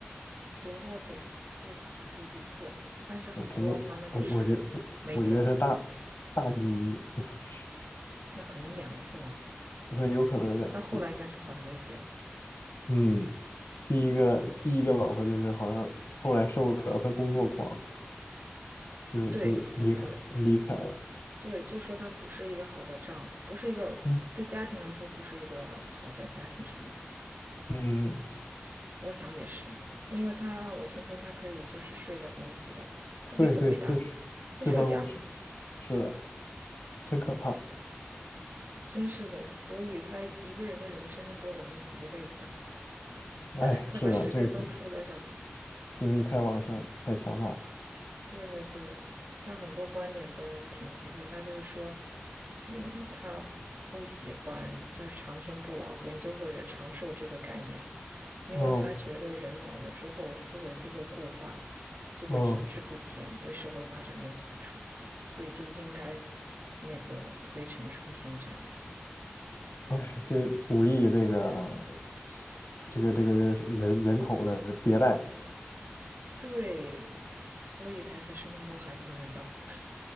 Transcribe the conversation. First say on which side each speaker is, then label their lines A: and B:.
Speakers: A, on the right; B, on the left.
A: 结过两次吧，还是一次啊？但是很多他那个是没结婚的，
B: 那肯定，我我觉我我觉得是大大于一，<laughs>
A: 那可能两次吧。
B: 我有可能是两次。
A: 但后来应该就好像没结了。
B: 嗯，第一个第一个老婆就是好像后来受不了，她工作狂，就就离开离开了。
A: 对对对，就说他不是一个好的丈夫，不是一个对家庭来说不是一个好的家庭成员。
B: 嗯嗯，
A: 我想也是，因为他我听说他可以就是睡在公司的，他可以不回家，
B: 对对，是是
A: 不需要家，
B: 是办公室，是的，真可怕。
A: 真是的。所以他一个人的人生就过了我们几个辈子啊，<laughs>
B: 哎，
A: 他把时间都扑在上面。
B: 是的，这个精精力太旺盛，太强大了。
A: 对对对，他很多观点都挺奇特。他就是说，嗯，他不喜欢就是长生不老研究或者长寿这个概念，因为他觉得人老了之后思维就会固化，
B: 嗯
A: 就会停滞不前，
B: 嗯，
A: 对社会发展没有好处，所以就应该那个推陈出新这样子。
B: 哎，这鼓励这个这个这个这个人人口的迭代。
A: 对，所以他才生那么多孩子吗？难道？